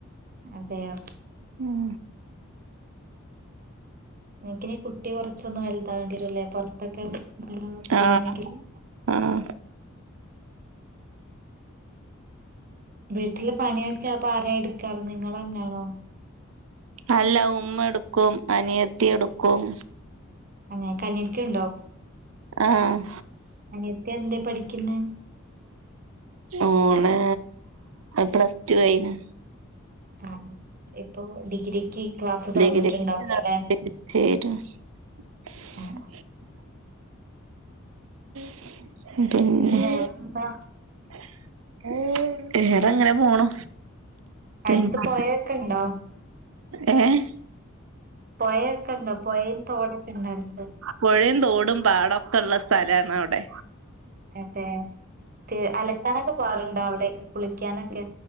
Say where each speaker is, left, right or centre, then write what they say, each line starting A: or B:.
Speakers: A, on the right; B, on the right.
A: അതെയോ
B: ഉം
A: നിൻക്കിനി കുട്ടി കൊറച്ചൊന്നു വലുതാവേണ്ടിവരുല്ലേ പുറത്തൊക്കെ <unintelligible> പോവാനായിട്ട്
B: ആഹ്
A: <unintelligible>
B: ആഹ്
A: വീട്ടില് പണിയൊക്കെ അപ്പൊ ആരാ എടുക്കാറ്. നിങ്ങളന്നാണോ?
B: അല്ല ഉമ്മ എടുക്കും അനിയത്തി എടുക്കും
A: നിങ്ങക്കനിയത്തി ഉണ്ടോ
B: ആഹ്
A: അനിയത്തി എന്തെ പഠിക്കുന്നെ
B: ഓള് പ്ലസ് ടു കഴിഞ്ഞ്
A: ആഹ് ഇപ്പോ ഡിഗ്രിക്ക് ക്ലാസ്
B: ഡിഗ്രിക്ക്
A: തുറന്നിട്ടുണ്ടാവൂലോ അല്ലെ
B: <unintelligible>
A: ആഹ്
B: <unintelligible>
A: പിന്നെ വേറെന്താ
B: അങ്ങനെ പോണു
A: അടുത്ത്
B: പിന്നെ
A: പൊയൊക്കെ ഉണ്ടോ
B: ഏഹ്
A: പൊയൊക്കെ ഉണ്ടോ പൊയയും തോടൊക്കെ ഉണ്ടോ അടുത്ത്
B: പുഴയും തോടും പാടം ഒക്കെള്ള സ്ഥലാണ് അവിടെ
A: അതെ. ക് അലക്കാനൊക്കെ പോവല്ണ്ടോ അവിടേക് കുളിക്കാനൊക്കെ